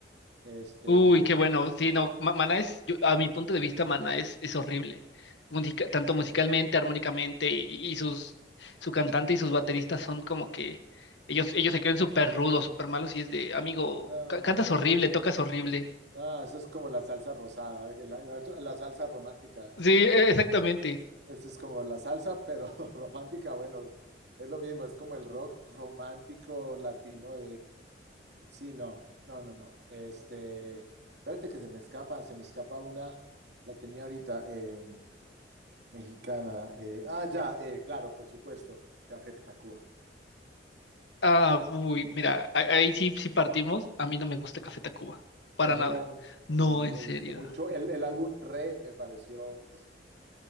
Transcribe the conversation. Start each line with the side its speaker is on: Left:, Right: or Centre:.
Right: Este,
Left: Uy, qué bueno. Sí, no, Ma- Maná es, yo- a mi punto de vista, Maná es, es horrible. Musica- tanto musicalmente, armónicamente, y, y sus, su cantante y sus bateristas son como que ellos, ellos se creen súper rudos, súper malos, y es de, amigo,
Right: no,
Left: ca- cantas
Right: o sea,
Left: horrible,
Right: a mí-
Left: tocas horrible.
Right: no, eso es como la salsa rosada, que la, la- la salsa romántica.
Left: Sí, e- exactamente.
Right: Esto es como la salsa, pero <laughs> romántica, bueno, es lo mismo, es como el rock romántico latino Sí, no, no, no, no. Este, espérate que se me escapa, se me escapa una, la tenía ahorita, eh, mexicana. eh, ah, ya, eh, claro, por supuesto, Café Tacuba.
Left: Ah, uy, mira, a- ahí sí, sí partimos. A mí no me gusta Café Tacuba, para
Right: No,
Left: nada. No,
Right: a mí
Left: en
Right: me
Left: serio.
Right: gustó mucho. El, el álbum Re me pareció,